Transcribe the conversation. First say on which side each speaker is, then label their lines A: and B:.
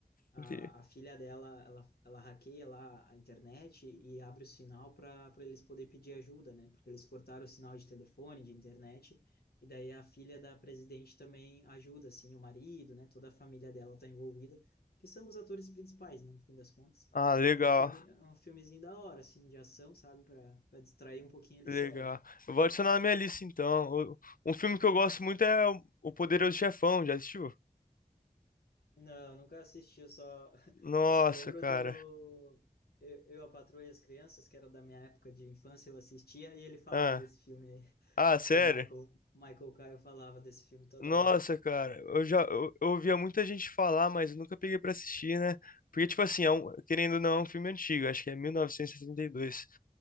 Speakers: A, on the left (about 80°); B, on the left (about 60°).
A: A,
B: entendi.
A: a filha dela, ela, ela hackeia lá a internet e abre o sinal para para eles poderem pedir ajuda, né? Porque eles cortaram o sinal de telefone, de internet, e daí a filha da presidente também ajuda, assim, o marido, né? Toda a família dela está envolvida, que são os atores principais, né? No fim das contas.
B: Ah, legal,
A: Mas é um filme, é um filmezinho da hora, assim, de ação, sabe? Para para distrair um pouquinho ele
B: legal.
A: serve.
B: Eu vou adicionar na minha lista então. O- Um filme que eu gosto muito é O O Poderoso Chefão, já assistiu?
A: Não, nunca assisti, eu só, <laughs>
B: Nossa,
A: eu só lembro
B: cara.
A: do... Eu, eu, a Patroa e as Crianças, que era da minha época de infância, eu assistia e ele falava
B: Ah,
A: desse filme aí.
B: ah, sério?
A: O Michael, Michael Caio falava desse filme toda
B: Nossa,
A: hora.
B: cara. Eu já eu, eu ouvia muita gente falar, mas eu nunca peguei pra assistir, né? Porque, tipo assim, é um- querendo ou não, é um filme antigo, acho que é mil novecentos e setenta e dois